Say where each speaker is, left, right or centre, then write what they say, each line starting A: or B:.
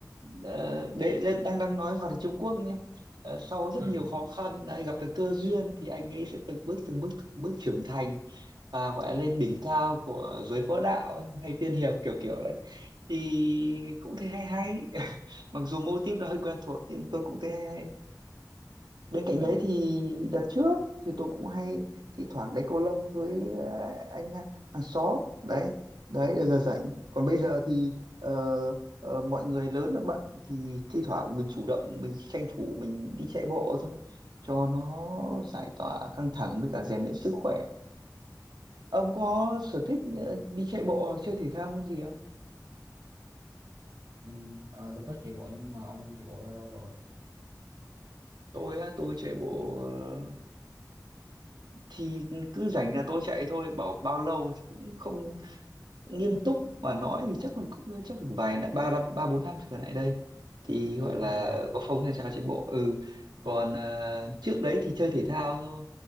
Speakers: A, on the right; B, on the right.
A: Ờ, đấy đấy, đang đang nói hoạt động Trung Quốc nhé Ờ, sau rất
B: ừ,
A: nhiều khó khăn đã gặp được cơ duyên thì anh ấy sẽ từng bước từng bước từng bước trưởng thành và gọi là lên đỉnh cao của giới võ đạo ấy, hay tiên hiệp kiểu kiểu đấy thì cũng thấy hay hay <laughs> mặc dù mô típ nó hơi quen thuộc nhưng tôi cũng thấy hay hay bên cạnh
B: ừ,
A: đấy thì đợt trước thì tôi cũng hay thi thoảng đánh cầu lông với ờ, anh à, hàng xóm đấy đấy là giờ rảnh còn bây giờ thì ờ, ờ, mọi người lớn là bận thì thi thoảng mình chủ động mình tranh thủ mình đi chạy bộ thôi cho nó giải tỏa căng thẳng với cả rèn luyện sức khỏe ông có sở thích
B: ừ.
A: ờ, đi chạy bộ hoặc chơi thể thao môn gì không
B: ừ. Ờ, tôi có chạy bộ nhưng mà ông chạy bộ ra lâu rồi
A: tôi á tôi chạy bộ ờ, thì cứ rảnh là tôi chạy thôi bảo bao lâu thì cũng không nghiêm túc mà nói thì chắc mình cũng chắc được vài năm ba năm ba bốn năm trở lại đây thì
B: bao
A: gọi là
B: năm hả
A: có phong trào chạy bộ ừ còn à, trước đấy thì chơi thể thao thôi